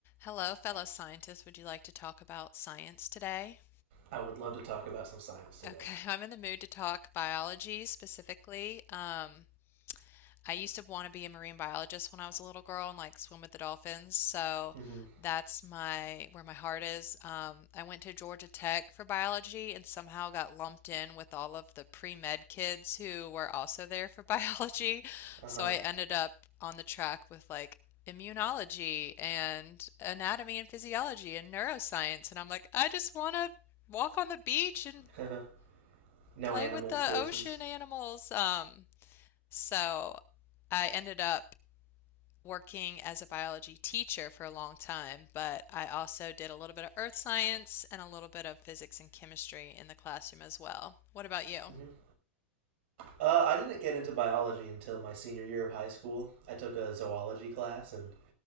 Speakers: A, on the left (about 35°); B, on the right (about 60°).
A: Hello, fellow scientists. Would you like to talk about science today?
B: I would love to talk about some science today.
A: Okay, <laughs> I'm in the mood to talk biology specifically. Um, I used to want to be a marine biologist when I was a little girl and like swim with the dolphins. So
B: Mm-hmm.
A: that's my where my heart is. Um, I went to Georgia Tech for biology and somehow got lumped in with all of the pre-med kids who were also there for <laughs> biology.
B: Uh
A: So
B: huh.
A: I ended up on the track with like immunology and anatomy and physiology and neuroscience. And I'm like, I just want to walk on the beach and
B: <laughs> no
A: play
B: animal
A: with the
B: courses.
A: ocean animals. Um, so I ended up working as a biology teacher for a long time, but I also did a little bit of earth science and a little bit of physics and chemistry in the classroom as well. What about you?
B: Mm-hmm. Uh, I didn't get into biology until my senior year of high school. I took a zoology class, and